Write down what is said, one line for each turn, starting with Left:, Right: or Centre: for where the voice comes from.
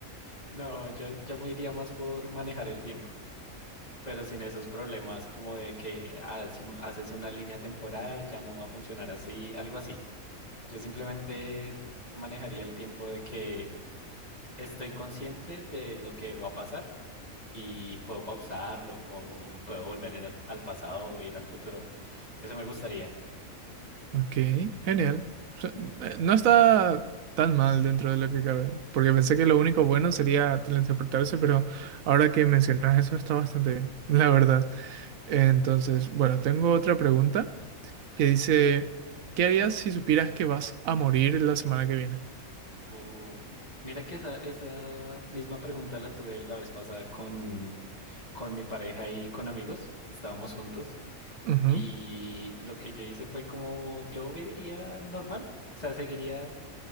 Left: No, yo, yo me iría más por manejar el tiempo, pero sin esos problemas como de que ah, si haces una línea temporal ya no va a funcionar así, algo así. Yo simplemente manejaría el tiempo de que estoy consciente de lo que va a pasar. Y puedo pausarlo o puedo volver en el- al pasado o ir al futuro. Eso me gustaría.
Right: Ok, genial. O sea, eh, No está tan mal dentro de lo que cabe, porque pensé que lo único bueno sería teletransportarse, pero ahora que mencionas eso está bastante bien, <laughs> la verdad. Entonces, bueno, tengo otra pregunta que dice, ¿qué harías si supieras que vas a morir la semana que viene?
Left: Uf. Mira que esa, esa misma pregunta la tuve la vez pasada con, con mi pareja y con amigos. Estábamos juntos
Right: Ujú,
Left: y lo que yo hice fue como yo viviría normal, o sea, seguiría